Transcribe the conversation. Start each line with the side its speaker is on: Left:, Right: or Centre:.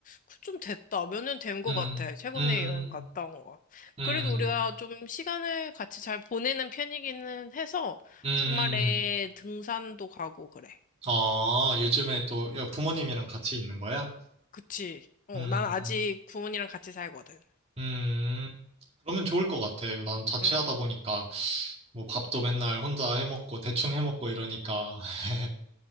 Left: 그 좀 됐다. 몇 년 된 것
Right: 음,
Left: 같아. 최근에
Right: 음,
Left: 여행 갔다 온 거.
Right: 음,
Left: 그래도 우리가 좀 시간을 같이 잘 보내는 편이기는 해서
Right: 음.
Left: 주말에 등산도 가고 그래.
Right: 아, 요즘에 또 야, 부모님이랑 같이 있는 거야?
Left: 그치? 어,
Right: 음.
Left: 난 아직 부모님이랑 같이 살거든.
Right: 음, 음, 그러면 좋을 것 같아. 난 자취하다
Left: 응.
Right: 보니까 뭐 밥도 맨날 혼자 해 먹고 대충 해 먹고 이러니까 <laughs>